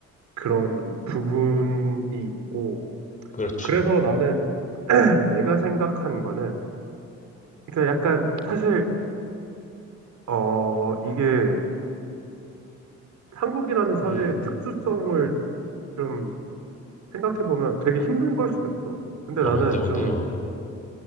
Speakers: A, on the right; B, on the left.
A: 그런 부분이 있고
B: 그렇지.
A: 그래서 나는 <clears throat> <laughs> 내가 생각한 거는 그러니까 약간 사실 어 이게 한국이라는 사회의
B: 음,
A: 특수성을 좀 생각해 보면 되게 힘든 걸 수도 있어. 근데
B: 어,
A: 나는
B: 뭔데, 뭔데요?
A: 좀